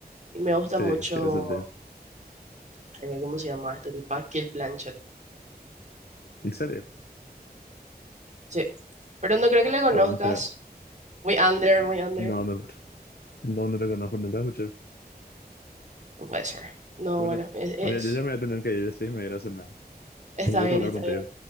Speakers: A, on the right (about 45°); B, on the left (about 70°).
A: Y me gusta
B: sí,
A: mucho,
B: tiene sentido.
A: eh, ¿cómo se llama esta tipa? Kate Blanchett.
B: En serio,
A: Sí, pero no creo que le conozcas.
B: aguante.
A: Muy under, muy under.
B: No, no, no, no, no, no, no, no,
A: No puede ser. No,
B: Bueno,
A: bueno, es, es-
B: ahora yo ya me voy a tener que ir, sí, me voy a ir a cenar.
A: Está
B: Un gusto
A: bien,
B: hablar
A: está
B: contigo.
A: bien.